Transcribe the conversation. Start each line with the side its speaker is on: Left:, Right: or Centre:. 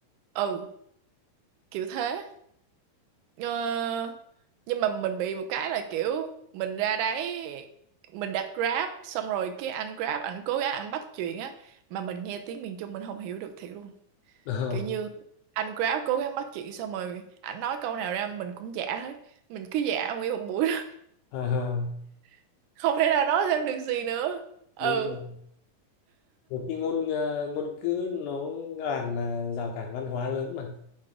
Right: ừ kiểu thế ờ, nhưng mà mình bị một cái là kiểu mình ra đấy mình đặt Grab xong rồi cái anh Grab ảnh cố gắng ảnh bắt chuyện á mà mình nghe tiếng miền Trung mình không hiểu được thiệt luôn
Left: <laughs>
Right: kiểu như anh Grab cố gắng bắt chuyện xong rồi ảnh nói câu nào ra mình cũng giả hết mình cứ giả nguyên một buổi đó.
Left: Ờ, ờ, ờ,
Right: <laughs> không thể nào nói thêm được gì nữa ừ
Left: đúng rồi. Nhiều khi ngôn ờ, ngôn ngữ nó làm ờ, rào cản văn hóa lớn mà